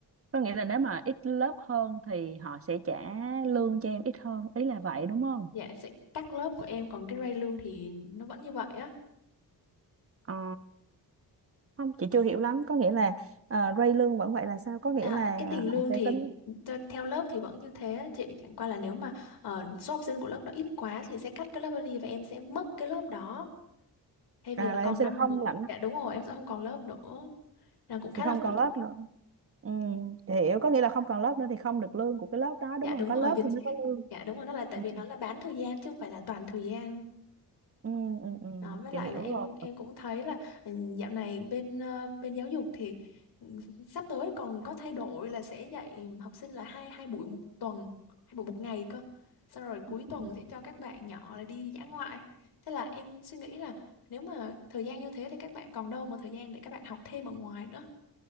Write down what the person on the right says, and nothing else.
có nghĩa là nếu mà ít lớp hơn thì họ sẽ trả lương cho em ít hơn ý là vậy đúng không
Ờ, không chị chưa hiểu lắm có nghĩa là uh, rate lương vẫn vậy là sao có nghĩa
là
họ sẽ
tính
à,
là
em sẽ
được không
lãnh
thì không
còn
lớp nữa Ừ, hiểu có nghĩa là không còn lớp nữa thì không được lương của cái lớp đó
đúng không?
Có lớp
thì
mới có lương.
Ừ,
ừ, ừ, ừ.
Chị hiểu
rồi.
Ừ,